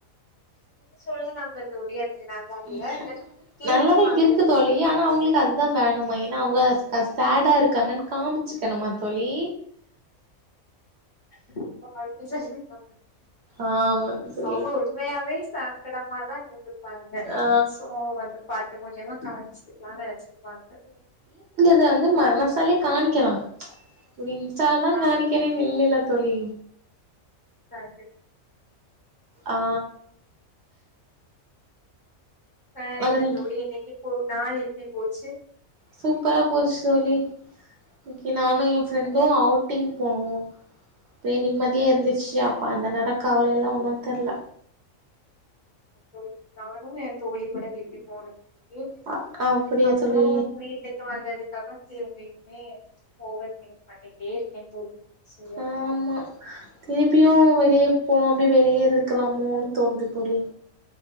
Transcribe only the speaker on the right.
ம்
நல்லாதான் இருக்கு தோழி ஆனா அவங்ளுக்கு அதான் வேணுமா ஏன்னா அவங்க ஷேடா இருக்காங்கன்னு காம்ச்சுக்கணுமா தோழி
ஆமா தோழி
ஆ
இது வந்து மனசாலே காமிக்கலா ஒரு இன்ஸ்டாலதா
காமிக்கணு இல்லல தோழி
ஆ
அதில்
சூப்பரா போச்சு தோழி இனிக்கு நானும் எ ஃப்ரெண்டும்
அவுட்டிங் போனோம் அப்ப நிம்மதியே இருந்துச்சு அப்ப அந்த நேரம் கவலைல்லா ஒன்னு தெர்ல
அ அப்படியா
தோழி
ஆமா திருப்பியு வெளியப் போகாமலேயே வெளியே இருந்துக்கலாமோன்னு தோணுது தோழி